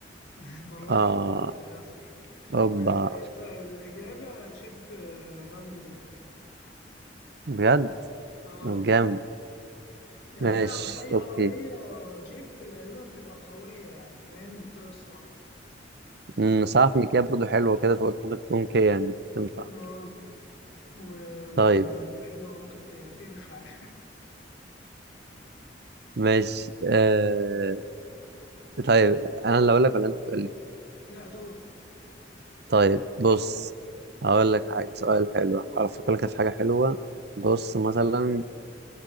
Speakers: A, on the left; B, on the right.
A: <laughs> المرة
B: آه
A: دي غلط للأسف
B: أوبا
A: آه، طيب الإجابة جيب آه، رانجلر
B: بجد
A: آه
B: طب جامد
A: يعني
B: ماشي
A: أعرف أي عربية
B: أوكي
A: جيب غالبا بتبقى قوية يعني فاهم من الطريق الصعب
B: أمم، بس عارف إن كيا برضو حلوة كده فقلت ممكن تكون كيا يعني تنفع
A: اه و-
B: طيب
A: وحلوة ممكن ت- تنفع
B: ماشي آه... طيب أنا اللي أقول لك ولا أنت تقول لي؟
A: <laughs> لا دورك
B: طيب بص هقول لك حاجة سؤال حلو هفكر لك في حاجة حلوة بص مثلا